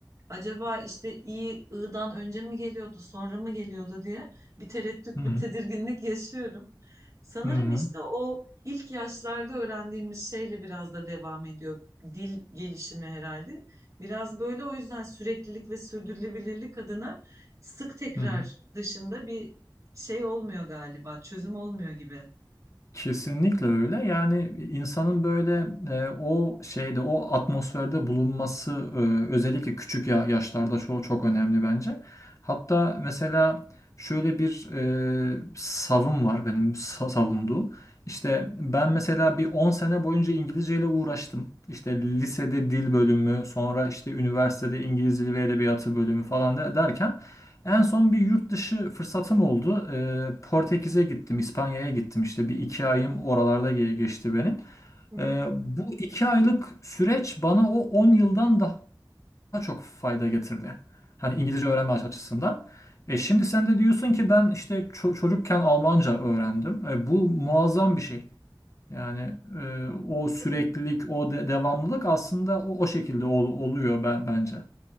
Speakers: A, on the right; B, on the left.
A: acaba işte i i'dan önce mi geliyordu sonra mı geliyordu diye bir tereddüt
B: Hı hı.
A: bir tedirginlik yaşıyorum. Sanırım
B: Hı hı.
A: işte o ilk yaşlarda öğrendiğimiz şeyle biraz da devam ediyor dil gelişimi herhalde. Biraz böyle o yüzden süreklilik ve sürdürülebilirlik adına sık tekrar
B: Hı hı.
A: dışında bir şey olmuyor galiba, çözüm olmuyor gibi.
B: Kesinlikle öyle. Yani insanın böyle e, o şeyde, o atmosferde bulunması e, özellikle küçük ya- yaşlarda çok çok önemli bence. Hatta mesela şöyle bir e, savım var benim sa- savunduğum. İşte ben mesela bir 10 sene boyunca İngilizce ile uğraştım. İşte lisede dil bölümü, sonra işte üniversitede İngiliz Dili ve Edebiyatı bölümü falan de- derken en son bir yurt dışı fırsatım oldu. Ee, Portekiz'e gittim, İspanya'ya gittim. İşte bir iki ayım oralarda ge- geçti benim.
A: Hı hı.
B: Ee, bu iki aylık süreç bana o 10 yıldan daha çok fayda getirdi. Hani İngilizce öğrenme aç- açısından. E şimdi sen de diyorsun ki ben işte ço- çocukken Almanca öğrendim. E, bu muazzam bir şey. Yani e, o süreklilik,
A: Tabii.
B: o de- devamlılık aslında o, o şekilde ol- oluyor ben bence.